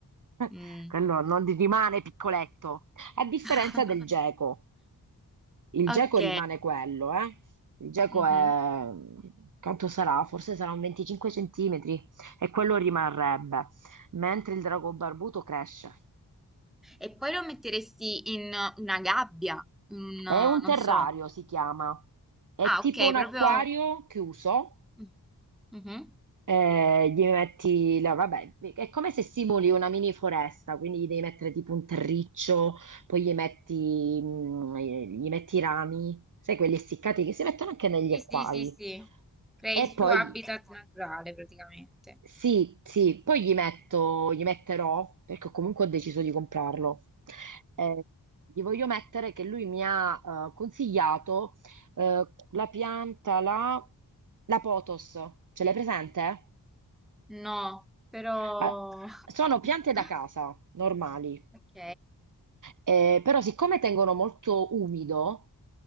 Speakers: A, in the centre; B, on the right.
A: mm.
B: <laughs> Quello non rimane piccoletto, a differenza
A: <laughs>
B: del geco. Il geco
A: Ok.
B: rimane quello, eh. Il geco
A: mhm.
B: è... Quanto sarà? Forse sarà un 25 centimetri e quello rimarrebbe, mentre il drago barbuto cresce.
A: E poi lo metteresti in una gabbia, in un,
B: È un
A: non
B: terrario,
A: so.
B: si chiama. È
A: Ah,
B: tipo
A: ok,
B: un
A: proprio...
B: acquario chiuso.
A: Mm. Mhm.
B: eh, gli metti la- vabbè, è come se simuli una mini foresta, quindi gli devi mettere tipo un terriccio, poi gli metti, mm, gli metti i rami, sai, quelli essiccati che si mettono anche negli
A: Sì,
B: acquari.
A: sì, sì, sì. Crei
B: E
A: il suo
B: poi
A: habitat naturale praticamente.
B: Sì, sì, poi gli metto, gli metterò, perché comunque ho deciso di comprarlo. Eh, gli voglio mettere che lui mi ha eh, consigliato eh, la pianta, la, la potos, ce l'hai presente?
A: No, però...
B: Ah, sono piante da
A: <laughs>
B: casa, normali,
A: Ok.
B: Eh, però siccome tengono molto umido,